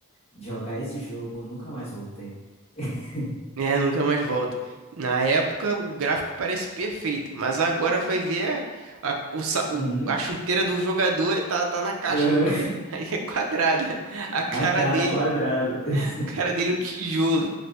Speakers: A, on the left (about 30°); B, on the right (about 65°).
A: de jogar esse jogo, eu nunca mais voltei. <laughs>
B: É, nunca mais volta. Na época, o gráfico parece perfeito, mas agora vai ver a, a, o sa- o-
A: Uhum.
B: a chuteira do jogador tá, tá na caixa
A: Uhum.
B: ainda. <laughs> Aí é quadrada. A cara
A: A cara
B: dele.
A: quadrada. <laughs>
B: cara dele é um tijolo.